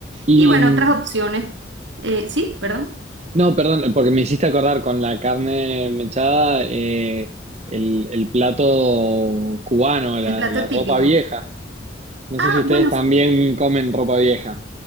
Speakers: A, on the right; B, on the right.
A: Y
B: Y bueno,
A: mm,
B: otras opciones. eh, sí, perdón.
A: no, perdón, eh, porque me hiciste acordar con la carne mechada, eh, el, el plato cubano, la,
B: El plato
A: la
B: típico.
A: ropa vieja. No
B: Ah,
A: sé si ustedes
B: bueno,
A: también comen ropa vieja.